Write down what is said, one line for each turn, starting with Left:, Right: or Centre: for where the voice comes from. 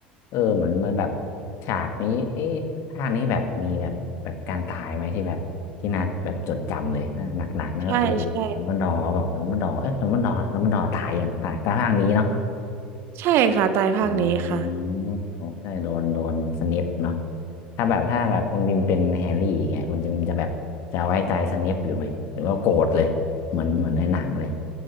Left: เออเหมือนมันแบบฉากนี้เอ๊ะภาคนี้แบบมีแบบแบบการตายไหมที่แบบที่น่าแบบจดจำเลยนะหนักๆนั่นก็คือดัมเบิลดอร์บอกดัมเบิลดอร์เอ๊ะดัมเบิลดอร์ดัมเบิลดอร์ตายยังตายแต่ภาคนี้เนาะ
Right: ใช่ใช่ใช่ค่ะตายภาคนี้ค่ะ
Left: อืมใช่โดนโดนสเนปเนาะถ้าแบบถ้าแบบคุณพิมพ์เป็นแฮร์รี่อย่างเงี้ยคุณจะจะแบบจะไว้ใจสเนปอยู่ไหมหรือว่าโกรธเลยเหมือนเหมือนในหนังเลย